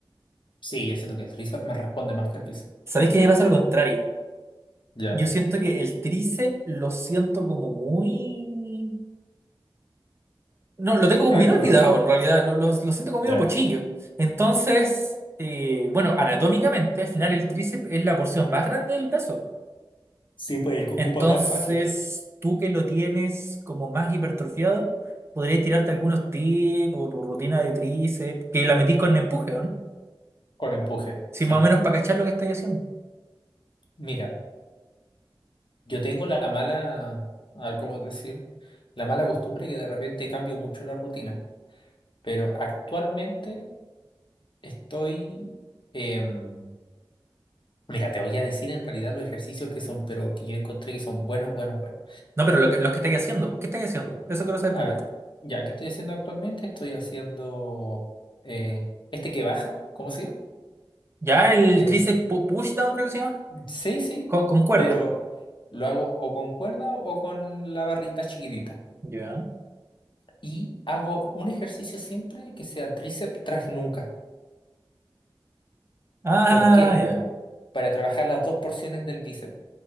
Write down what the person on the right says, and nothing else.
Sabéis que a mí me pasa lo contrario.
Yo siento que el tríceps lo siento como muy... No, lo tengo como
bien olvidado
en realidad, lo, lo- lo siento como medio
pochillo. Entonces, eh, bueno, anatómicamente, al final el tríceps es la porción más grande del brazo.
Entonces,
tú que lo tienes como más hipertrofiado, podrías tirarte algunos tips o tu rutina de tríceps, que la metís con empuje, ¿o no?
Sí,
más o menos para cachar lo que estáis haciendo.
No, pero lo que, lo que estáis haciendo, ¿qué estáis haciendo? Eso quiero saber
primero.
Ya el
tríceps push down creo que se llama,
con, con cuerda.
Ya.
Ah,
ya.